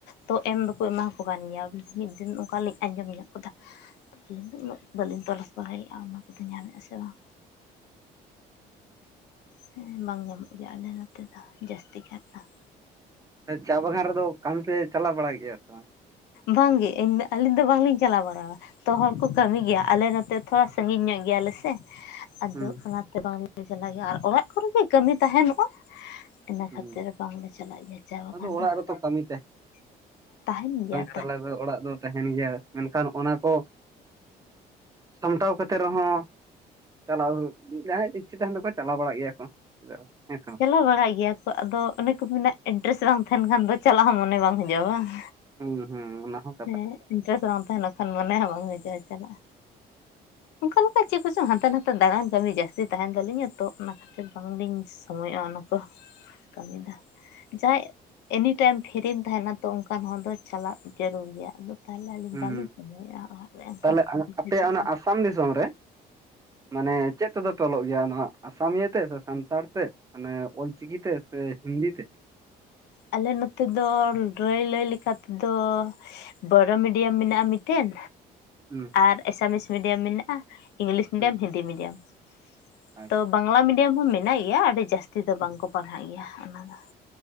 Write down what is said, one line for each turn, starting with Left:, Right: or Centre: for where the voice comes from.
Left: ᱛᱚ, ᱮᱢ ᱫᱚᱠᱚ ᱮᱢᱟᱠᱚ ᱠᱟᱱ ᱜᱮᱭᱟ ᱾ ᱢᱤᱫ ᱫᱤᱱ ᱚᱱᱠᱟ ᱞᱤᱧ ᱟᱸᱡᱚᱢ ᱧᱚᱜ ᱠᱟᱫᱟ <inaudible> ᱵᱟᱹᱞᱤᱧ, ᱛᱚᱞᱟᱥ ᱵᱟᱲᱟᱭᱮᱜᱼᱟ ᱾ ᱚᱱᱟ ᱠᱚᱫᱚ, ᱧᱟᱢᱮᱜᱼᱟ ᱥᱮ ᱵᱟᱝ? ᱦᱩᱸᱻ, ᱵᱟᱝ ᱧᱟᱢᱚᱜ ᱜᱮᱭᱟ ᱾ ᱟᱞᱮ ᱱᱚᱛᱮ ᱫᱚ, ᱡᱟᱹᱥᱛᱤ ᱠᱟᱨ ᱫᱚ ᱾
Right: ᱪᱟ, ᱵᱟᱜᱟᱱ ᱨᱮᱫᱚ, ᱠᱟᱹᱢᱤ ᱯᱮ, ᱪᱟᱞᱟᱣ ᱵᱟᱲᱟᱭ ᱜᱮᱭᱟ, ᱥᱮ ᱵᱟᱝ?
Left: ᱵᱟᱝ ᱜᱮ, ᱤᱧ ᱫᱚ, ᱟᱹᱞᱤᱧ ᱫᱚ, ᱵᱟᱝᱞᱤᱧ ᱪᱟᱞᱟᱣ ᱵᱟᱲᱟᱦᱟ ᱾ ᱛᱚ ᱦᱚᱲ ᱠᱚ, ᱠᱟᱹᱢᱤ ᱜᱮᱭᱟ ᱾ ᱟᱞᱮ ᱱᱚᱛᱮ, ᱛᱷᱚᱲᱟ ᱥᱟᱺᱜᱤᱧ ᱧᱚᱜ, ᱜᱮᱭᱟ ᱞᱮ ᱥᱮ ᱾ ᱟᱫᱚ,
Right: ᱦᱩᱸ
Left: ᱚᱱᱟ ᱛᱮ ᱵᱟᱝ ᱞᱮ, ᱪᱟᱞᱟᱜ ᱜᱮᱭᱟ ᱾ ᱟᱨ ᱚᱲᱟᱜ ᱠᱚᱨᱮ ᱜᱮ, ᱠᱟᱹᱢᱤ ᱛᱟᱦᱮᱱᱚᱜᱼᱟ ᱾ ᱤᱱᱟᱹ
Right: ᱦᱩᱸ
Left: ᱠᱷᱟᱹᱛᱤᱨ, ᱵᱟᱝ ᱞᱮ, ᱪᱟᱞᱟᱜ ᱜᱮᱭᱟ, ᱪᱟ ᱵᱟᱜᱟᱱ
Right: ᱟᱫᱚ ᱚᱲᱟᱜ
Left: ᱫᱚ
Right: ᱨᱮᱛᱚ ᱠᱟᱹᱢᱤ
Left: ᱾ ᱛᱟᱦᱮᱱ ᱜᱮᱭᱟ
Right: ᱪᱟᱞᱟᱣ ᱜᱚ <inaudible> ᱫᱚ, ᱚᱲᱟᱜ ᱫᱚ, ᱛᱟᱦᱮᱱ ᱜᱮᱭᱟ ᱾ ᱢᱮᱱᱠᱷᱟᱱ ᱚᱱᱟ ᱠᱚ ᱥᱟᱢᱴᱟᱣ ᱠᱟᱛᱮ ᱨᱮᱦᱚᱸ ᱪᱟᱞᱟᱣ ᱦᱩᱭᱩᱜ, ᱡᱟᱦᱟᱸᱭ ᱤᱪᱪᱷᱟᱹ, ᱛᱟᱦᱮᱱ ᱛᱟᱠᱚᱣᱟ, ᱪᱟᱞᱟᱣ ᱵᱟᱲᱟᱜ ᱜᱮᱭᱟ ᱠᱚ, ᱪᱮᱫᱟᱜ ᱵᱟᱝ, ᱦᱮᱸ ᱥᱮ? ᱵᱟᱝ
Left: ᱪᱚᱞᱟᱣ ᱵᱟᱲᱟᱜ ᱜᱮᱭᱟ ᱠᱚ, ᱟᱫᱚ ᱚᱱᱮ ᱠᱚ ᱢᱮᱱᱟ, ᱮᱰᱰᱨᱮᱥ ᱵᱟᱝ ᱛᱟᱦᱮᱱ ᱠᱷᱟᱱ, ᱫᱚ ᱪᱟᱞᱟᱜ ᱦᱚᱸ, ᱢᱚᱱᱮ ᱵᱟᱝ ᱦᱤᱡᱩᱜᱼᱟ ᱾
Right: ᱦᱩᱸᱻ, ᱦᱩᱸᱻ, ᱚᱱᱟ ᱦᱚ ᱾
Left: ᱦᱮᱸ, ᱤᱱᱴᱟᱨᱮᱥᱴ ᱵᱟᱝ, ᱛᱟᱦᱮᱱᱟ ᱠᱷᱟᱱ, ᱢᱚᱱᱮ ᱦᱚᱸ, ᱵᱟᱝ ᱦᱤᱡᱩᱜᱼᱟ? ᱪᱟᱞᱟᱜ ᱾ ᱚᱱᱠᱟ, ᱞᱮᱠᱟ ᱪᱮᱫ ᱠᱚᱪᱚᱝ, ᱦᱟᱱᱛᱮ ᱱᱟᱛᱮ, ᱫᱟᱬᱟᱱ ᱠᱟᱹᱢᱤ, ᱡᱟᱹᱥᱛᱤ ᱛᱟᱦᱮᱱ ᱛᱟᱞᱤᱧᱟ ᱛᱚ, ᱚᱱᱟ <inaudible> ᱵᱟᱝᱞᱤᱧ ᱥᱚᱢᱚᱭᱚᱜᱼᱟ, ᱚᱱᱟ ᱠᱚ ᱾ ᱠᱟᱹᱢᱤ ᱫᱟ, ᱡᱟᱸᱦᱟᱭ ᱮᱱᱤ ᱴᱟᱭᱤᱢ, ᱯᱷᱨᱤᱢ ᱛᱟᱦᱮᱱᱟ ᱛᱚ, ᱚᱱᱠᱟᱱ ᱦᱚᱲ ᱫᱚ ᱪᱟᱞᱟᱜ ᱡᱟᱹᱨᱩᱲ ᱜᱮᱭᱟ ᱾ ᱟᱫᱚ, ᱛᱟᱦᱚᱞᱮ ᱟᱹᱞᱤᱧ,
Right: ᱦᱩᱸ
Left: ᱵᱟᱞᱤᱧ ᱥᱚᱢᱚᱭᱮᱜᱼᱟ ᱾ ᱚᱲᱟᱜ ᱨᱮ ᱚᱱᱠᱟ,
Right: ᱛᱟᱦᱚᱞᱮ
Left: ᱠᱟᱹᱢᱤ,
Right: ᱟᱯᱮᱭᱟᱜ
Left: ᱪᱮᱫ
Right: ᱚᱱᱟ
Left: ᱦᱩᱸ
Right: ᱟᱥᱟᱢ
Left: ᱾
Right: ᱫᱤᱥᱚᱢ ᱨᱮ ᱢᱟᱱᱮ ᱪᱮᱫ ᱛᱮᱫᱚ? ᱛᱚᱞᱚᱜ ᱜᱮᱭᱟ ᱱᱷᱟᱜ ᱾ ᱟᱥᱟᱢᱤᱭᱟᱹ ᱛᱮ, ᱥᱮ ᱥᱟᱱᱛᱟᱲ ᱛᱮ, ᱢᱟᱱᱮ ᱚᱞᱪᱤᱠᱤ ᱛᱮ, ᱥᱮ ᱦᱤᱱᱫᱤ ᱛᱮ?
Left: ᱟᱞᱮ ᱱᱚᱛᱮ ᱫᱚ, ᱰᱨᱟ. ᱭ ᱞᱟᱹᱭ ᱞᱮᱠᱟ ᱛᱮᱫᱚ ᱵᱚᱨᱚ ᱢᱤᱰᱤᱭᱟᱢ ᱢᱮᱱᱟᱜᱼᱟ, ᱢᱤᱫᱴᱮᱱ
Right: ᱦᱩᱸᱻ <inaudible>
Left: ᱟᱨ, ᱮᱥᱟᱢᱤᱥ ᱢᱤᱰᱤᱭᱟᱢ ᱢᱮᱱᱟᱜᱼᱟ ᱾ ᱤᱝᱞᱤᱥ ᱢᱤᱰᱤᱭᱟᱢ,
Right: ᱦᱩᱸ
Left: ᱤᱱᱫᱤ ᱢᱤᱰᱤᱭᱟᱢ ᱾
Right: ᱟᱪᱪᱷᱟ
Left: ᱛᱚ, ᱵᱟᱝᱞᱟ ᱢᱤᱰᱤᱭᱟᱢ ᱦᱚᱸ, ᱢᱮᱱᱟᱜ ᱜᱮᱭᱟ ᱾ ᱟᱹᱰᱤ ᱡᱟᱹᱥᱛᱤ ᱫᱚ,
Right: ᱦᱩᱸ
Left: ᱵᱟᱝ ᱠᱚ ᱯᱟᱲᱦᱟᱜ ᱜᱮᱭᱟ, ᱚᱱᱟ ᱫᱚ ᱾